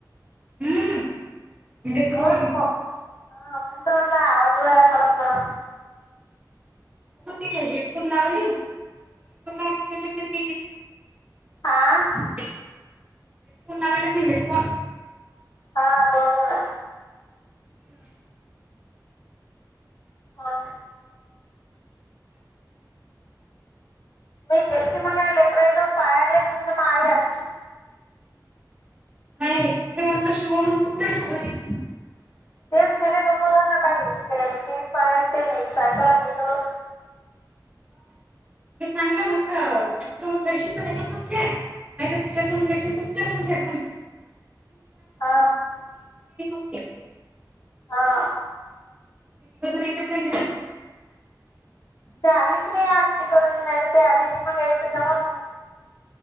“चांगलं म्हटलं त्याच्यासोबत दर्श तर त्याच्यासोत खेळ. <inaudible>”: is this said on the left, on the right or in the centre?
Right